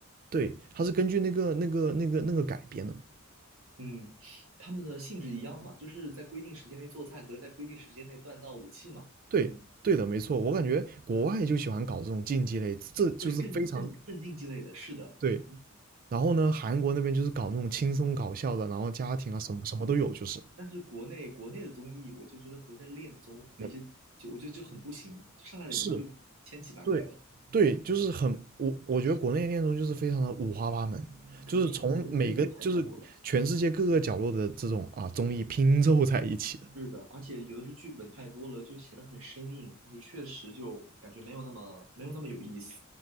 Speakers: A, on the right; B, on the right.
A: 对，它是根据那个那个那个那个改编的嘛。
B: 嗯，他们的性质一样嘛，就是在规定时间内做菜和在规定时间内锻造武器嘛。
A: 对，
B: 嗯，
A: 对的，没错。我感觉国外就喜欢搞这种竞技类，这就是非常
B: 对，更更更竞技类的，是的。
A: 对。
B: 嗯，
A: 然后呢，韩国那边就是搞那种轻松搞笑的，然后家庭啊什么什么都有，就是。
B: 但是国内国内的综艺，我就觉得国内恋综和一些就我觉得就很不行，
A: 那
B: 上来的人就千奇百怪的，
A: 是，对，对，就是很我我觉得国内的恋综就是非常的五花八门，
B: 可能可能剧本太多了。
A: 就是从每个就是全世界各个角落的这种啊综艺拼凑在一起的。
B: 是的，而且有的时候剧本太多了，就显得很生硬，而且确实就感觉没有那么没有那么有意思。